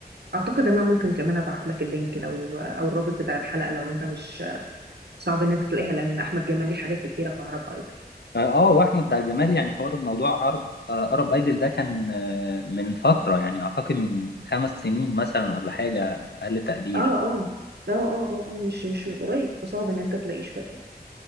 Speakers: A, on the right; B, on the left.
A: اعتقد ان انا ممكن كمان ابعت لك اللينك لو آه، او الرابط بتاع الحلقة لو انت مش صعب ان انت تلاقيها لان احمد جمال ليه حاجات كتيره في عرب ايدل
B: اه آه، واحمد بتاع الجمال يعني حوار الموضوع عرب آه، عرب ايدل ده كان آه، من فتره يعني اعتقد من خمس سنين مثلا ولا حاجه اقل تقدير
A: اه اه اه اه اه آه، مش مش من قريب فصعب ان انت تلاقيه شويه